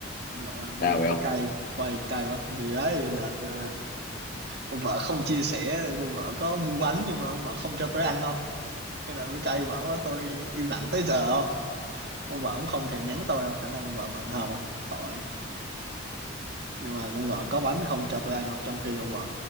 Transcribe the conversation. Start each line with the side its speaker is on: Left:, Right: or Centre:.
Right: Con vợ làm tôi
Left: sao vậy
Right: quả
Left: ông
Right: cay quay cay quá thì đấy đợt ờ, con vợ không chia sẻ con vợ có mua bánh nhưng mà con vợ không cho tôi ăn không thế là tôi cay vợ tôi im lặng tới giờ không con vợ cũng không thèm nhắn tôi đâu khả năng con vợ bận hòm không tội nhưng mà con vợ có bánh không cho tôi ăn không trong khi con vợ